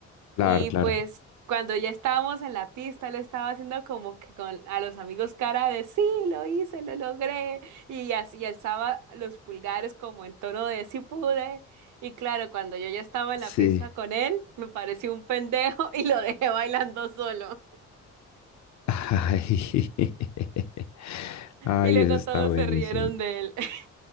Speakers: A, on the left; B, on the right.
A: Claro,
B: Y
A: claro.
B: pues cuando ya estábamos en la pista, lo estaba haciendo como que con a los amigos cara de sí, lo hice, lo logré. Y así alzaba los pulgares como en tono de sí pude. Y claro, cuando yo ya estaba en
A: Sí.
B: la pista con él, me pareció un pendejo <laughs> y lo dejé <laughs> bailando solo.
A: Ay. <laughs> Ay,
B: Y luego
A: eso está
B: todos
A: buenísimo.
B: se rieron de él. <laughs>